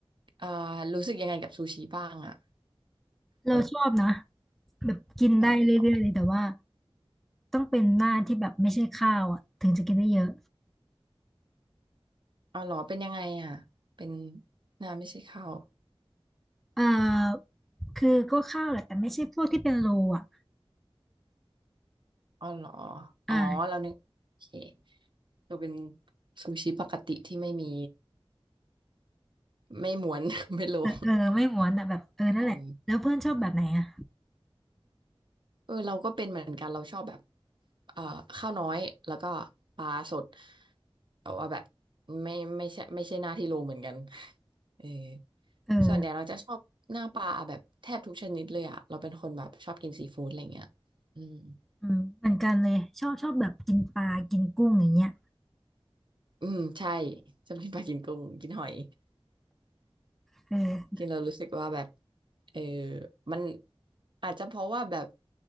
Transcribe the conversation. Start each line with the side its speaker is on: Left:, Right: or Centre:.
Right: เอ่อรู้สึกยังไงกับซูชิบ้างอ่ะ
Centre: เราชอบนะ
Right: แบบ
Centre: แบบกินได้เรื่อยๆเลยแต่ว่า
Right: ชอบเลยเหรอ
Centre: ต้องเป็นหน้าที่แบบไม่ใช่ข้าวอ่ะถึงจะกินได้เยอะ
Right: อ๋อเหรอเป็นยังไงอ่ะเป็นน้ำไม่ใช่ข้าว
Centre: เอ่อคือก็ข้าวแหละแต่ไม่ใช่พวกที่เป็นโลอ่ะ
Right: อ๋อเหรอ
Centre: อ่า
Right: อ๋อเรานึกโอเคก็เป็นซูชิปกติที่ไม่มีไม่ม้วน <laughs> ไม่โลง
Centre: เออเออไม่หวานอ่ะแบบเออนั่นแหละแล้วเพื่อนชอบแบบไหนอ่ะ
Right: กันเออเราก็เป็นเหมือนกันเราชอบแบบเอ่อข้าวน้อยแล้วก็ปลาสดแต่ว่าแบบไม่ไม่ใช่ไม่ใช่หน้าที่โลเหมือนกันเออ
Centre: เออ
Right: ส่วนใหญ่เราจะชอบหน้าปลาแบบแทบทุกชนิดเลยอะเราเป็นคนแบบชอบกินซีฟู้ดอะไรเงี้ยอืม
Centre: อืมเหมือนกันเลยชอบชอบแบบกินปลากินกุ้งอย่างเงี้ย
Right: อืมใช่ชอบกินปลากินกุ้งกินหอย
Centre: เออ
Right: กินแล้วรู้สึกว่าแบบเออมันอาจจะเพราะว่าแบบ